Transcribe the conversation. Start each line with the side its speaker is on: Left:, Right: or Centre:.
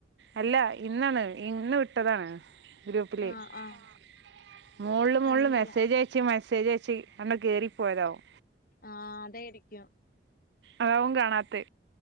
Right: അല്ല ഇന്നാണ് ഇന്ന് വിട്ടതാണ്. ഗ്രൂപ്പില്മോളില്
Left: ആഹ് ആഹ് കണ്ടില്ല
Right: മോളില് മെസ്സേജ് അയച്ചു മെസേ ശരി ചേച്ചി അവര് കേറി പോയതാവും.
Left: ആ അതെ ഇരിക്കും
Right: അതാവും കാണാത്തെ.